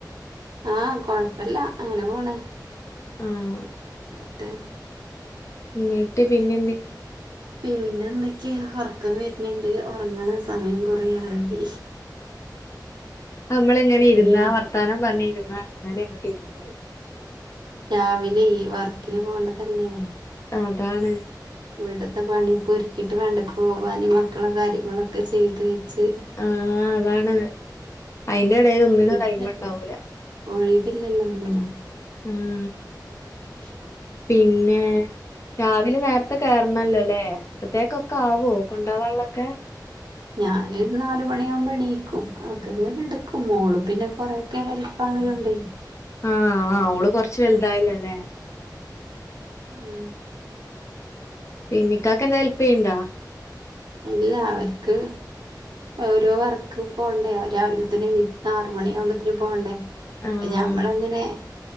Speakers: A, on the right; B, on the left.
A: ആഹ് കൊഴപ്പില്ല അങ്ങനെ പോണ്
B: ആഹ്
A: എന്നിട്ട്
B: എന്നിട്ട് പിന്നെ എന്തേ
A: പിന്നെ എന്തൊക്കെയാ ഉറക്കം വരുന്ന്ണ്ട് ഉറങ്ങണ സമയം കൊറേയായി
B: നമ്മള് ങ്ങനെ ഇരുന്നാ
A: എണീറ്റ്
B: വർത്താനം പറഞ്ഞ് ഇരുന്നാ അങ്ങനെ അങ്ങോട്ട് ഇരുന്നു
A: രാവിലെ ഈ വർക്കിന് പോകണ്ടതല്ലേ
B: അതാണ്
A: ഇവിടത്തെ പണിയൊക്കെ ഒരുക്കിയിട്ട് വേണ്ടേ പോകാനും മക്കളെ കാര്യങ്ങളൊക്കെ ചെയ്തു വെച്ച്
B: ആഹ് അതാണ് അയിന്റെ എടേല് ഒന്നിനും ടൈം
A: <unintelligible>
B: ഇണ്ടാവൂല
A: ഒഴിപ്പില്ലല്ലോ ഒന്നിനും
B: മ്
A: അതാണ് പ്രശ്നം
B: പിന്നെ രാവിലെ നേരത്തെ കേയറണല്ലോല്ലേ അപ്പത്തേക്കൊ ക്കാവോ കൊണ്ടാവള്ളൊക്കെ
A: ഞാന് ഒരു നാല് മണിയാകുമ്പോ എണീക്കും അവക്കങ്ങ് കെടക്കും മോള് പിന്നെ കൊറേ ഹെൽപാണാലുണ്ട്
B: ആഹ് ആഹ് ഓള് കൊറച്ച് വലുതായല്ലോല്ലേ
A: മ്
B: പിന്നിക്കാക്ക് ന്നെ ഹെൽപെയ്യണ്ട
A: ഇല്ല അവർക്ക് ഓരോ വർക്ക് പോണ്ട ആഹ് രാവിലത്തന്നെ എണിറ്റു ആറുമണിയാകുമ്പത്തന് പോകണ്ടേ
B: ആഹ്
A: അപ്പൊ ഞമ്മളങ്ങനെ